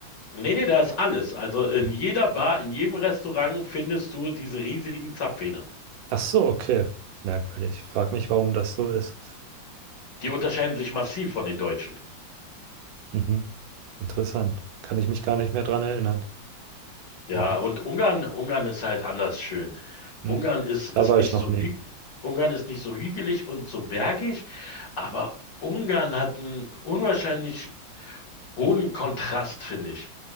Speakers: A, on the left (about 65°); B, on the right (about 80°).
A: Nee, nee, da ist alles. Also in
B: Mhm.
A: jeder Bar, in jedem Restaurant findest du diese riesigen Zapfhähne.
B: Ach so, okay. Merkwürdig. Frag mich, warum das so ist.
A: Die unterscheiden sich massiv von den Deutschen.
B: Mhm. Interessant. Kann ich mich gar nicht mehr dran erinnern.
A: Ja,
B: Ja, witzig.
A: und Ungarn, Ungarn ist halt anders schön.
B: Hm.
A: Ungarn ist, ist
B: Da war
A: nicht
B: ich noch
A: so
B: nie.
A: hü Ungarn ist nicht so hügelig und so bergig, aber Ungarn hat einen unwahrscheinlich hohen Kontrast, finde ich.